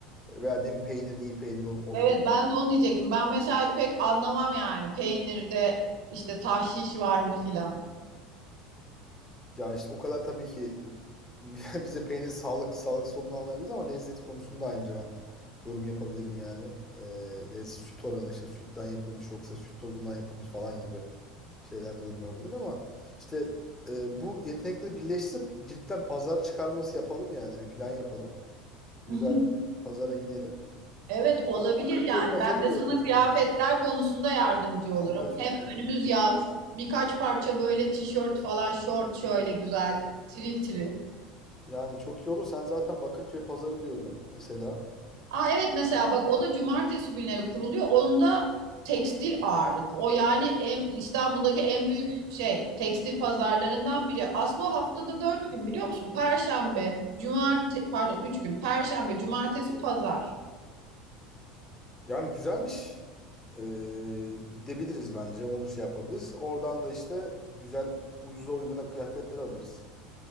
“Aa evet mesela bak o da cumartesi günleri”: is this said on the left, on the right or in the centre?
Right